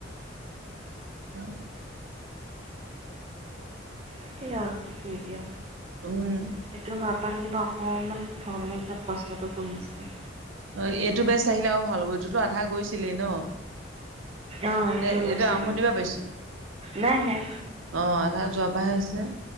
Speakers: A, on the right; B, on the right.
A: উ
B: এতিয়া কি কৰি দিয়া
A: উম
B: সেইটো <unintelligible> ত কেতিয়াবা অকণমান ভগৱানে কটাত কষ্টটো কমিছে
A: অ এইটো বেচ আহিলে আৰু ভাল হ'ব এইটোতো আধা গৈছিলেই ন
B: অঁ
A: এইটো
B: গৈছিলোঁ
A: আৰম্ভণি পৰা পাইছো
B: নাই নাই
A: আহ আধা যোৱা পাঁচ হাজাৰ